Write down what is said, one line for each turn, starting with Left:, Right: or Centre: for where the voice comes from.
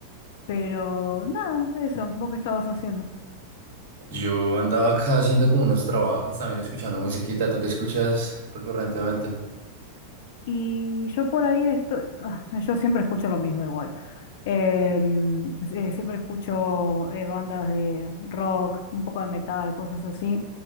Left: pero nada, eso, vos qué estabas haciendo.
Right: Yo andaba acá haciendo como unos trabajos, también escuchando musiquita. ¿Tú qué escuchas recurrentemente?
Left: Y yo por ahí estoy, ah, yo siempre escucho lo mismo igual. Em, eh, siempre escucho eh, bandas de rock, un poco de metal, cosas así.